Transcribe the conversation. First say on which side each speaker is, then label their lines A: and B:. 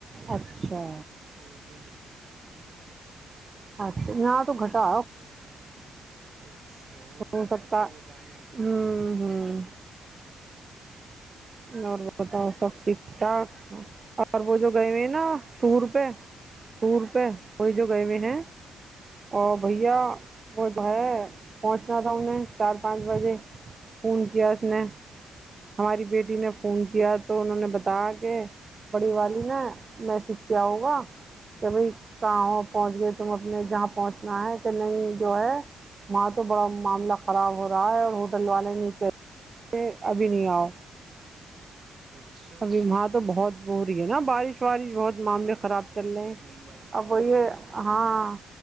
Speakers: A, on the right; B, on the right.
A: اچھا
B: ہلکی ہلکی
A: اچھا ن تو گٹا
B: اچھا ہوتا
A: ہو
B: ہے رات
A: سکتا
B: کو ہوتا ہے یہاں پہ
A: ھمم ھمم اور بتاؤ سب ٹھیک ٹھاک اور وہ جو گئے ہوئے ہیں نا
B: جی
A: ٹور پہ ٹور پہ وہی
B: ہوں
A: جو گئے ہوئے ہیں او
B: ہوں
A: بھیا
B: ہوں
A: وہ جو ہے پہنچنا تھا انہیں چار پانچ بجے فون کیا اس
B: ہوں
A: نے ہماری بیٹی نے فون کیا تو انہوں نے بتایا کہ بڑی والی نا میسج کیا ہوگا کہ بھائی کہاں ہو پہنچ گئے تم اپنے جہاں پہنچنا ہے کہ نہیں جو ہے وہاں تو بڑا معاملہ خراب ہو رہا ہے اور ہوٹل والے نہیں کہ ابھی نہیں آؤ
B: اچھا
A: ابھی وہاں تو بہت ب رہی ہے نا بارش وارش بہت معاملے
B: بارش
A: خراب چل رہے
B: ممبئی میں
A: اب وہ
B: ہاں
A: یہ
B: بہت بارش
A: ہاں
B: ہے